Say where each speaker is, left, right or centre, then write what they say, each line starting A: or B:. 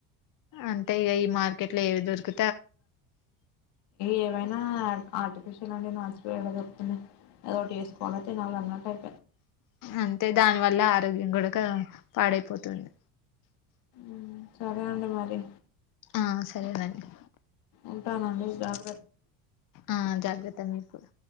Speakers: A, on the left; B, on the left.
A: అంతే ఇక ఈ మార్కెట్ లో ఏవి దొరుకు
B: ఏవైనా ఆ ఆర్టిఫిషియల్ అండ్ నాచురల్ ఎ దొరుతుంది ఏదో ఒకటి వేసుకోవాలి తినాలి అన్నట్టు అయి
A: అంటే దాని వల్ల ఆరోగ్యం కూడా పాడైపోతుంది
B: ఉమ్ సరే అండి మరి
A: ఆ సరేనండి
B: ఉంటాను అండి ఇగ
A: ఆ జాగ్రత్త మీరు కూడా